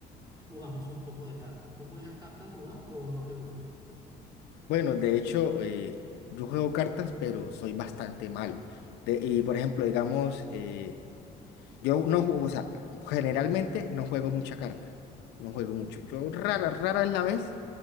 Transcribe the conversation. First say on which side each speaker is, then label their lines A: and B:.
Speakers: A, on the right (about 25°); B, on the left (about 85°).
A: jugamos un poco de cartas. ¿Tú juegas cartas, Dubán, o no te gusta?
B: Bueno, de hecho, eh, yo juego cartas, pero soy bastante malo. De- y por ejemplo, digamos, eh, yo no juego, o sea, generalmente no juego mucha carta. No juego mucho. Yo rara, rara es la vez